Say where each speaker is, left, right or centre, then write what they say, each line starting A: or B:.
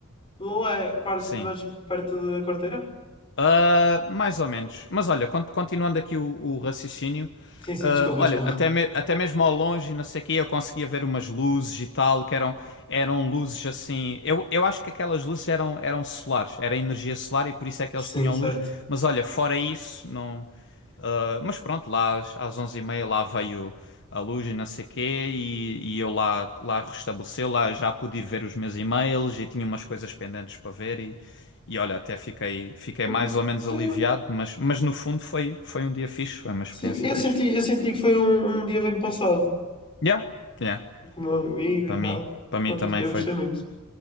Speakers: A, on the left; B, on the left.
A: Lola é parte,
B: Sim.
A: mas perto da Quarteira?
B: Ah, mais ou menos. Mas olha, con- continuando aqui o, o raciocínio,
A: Sim, sim,
B: ah,
A: desculpa,
B: olha,
A: desculpa.
B: até, me- até mesmo ao longe, não sei o quê, eu conseguia ver umas luzes e tal, que eram, eram luzes assim. Eu, eu acho que aquelas luzes eram, eram solares, era energia solar e por isso é que eles
A: Sim,
B: tinham
A: certo.
B: luz. Mas olha, fora isso, não. Mas pronto, lá às, às 11h30 lá veio a luz e não sei quê, e, e eu lá, lá restabeleceu, lá já pude ir ver os meus e-mails e tinha umas coisas pendentes para ver e, e olha, até fiquei, fiquei
A: Sim,
B: mais ou menos aliviado,
A: foi-
B: mas, mas no fundo foi, foi um dia fixe, foi uma experiência
A: sim, eu
B: fixe.
A: senti, eu senti que foi um, um dia bem passado
B: Yeah, yeah,
A: com o meu amigo
B: para
A: e
B: mim,
A: tal.
B: para mim
A: Pronto,
B: também
A: eu
B: foi.
A: gostei muito,